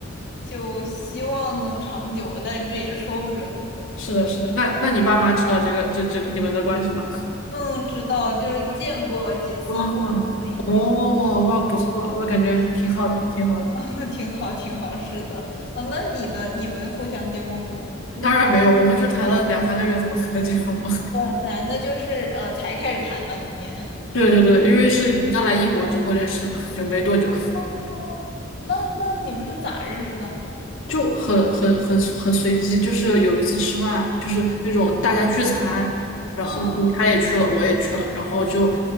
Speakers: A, on the left; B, on the left.
A: 就希望能长久，但这也说不准。
B: 是的，是的。那那你爸妈知道这个这这个你们的关系吗？
A: 嗯，知道，就是见过几次父母了，
B: 哇
A: 已经，
B: 哦哇，不错，我感觉挺好的，挺好的。
A: <laughs> 啊，挺好，挺好，是的，啊，那你的你们互相见过父母吗？
B: 当然没有，我们就谈了两三个月，怎么可能结婚嘛？
A: 哇塞，那就是呃才开始谈的，今年。
B: <laughs> 对对对，因为是刚来英国之后认识的嘛，就没多久。
A: 哦，那那你们是咋认识的？
B: 就很很很很随机，就是有一次吃饭，就是那种大家聚餐，然后就他也去了，
A: 嗯，
B: 我也去了，然后就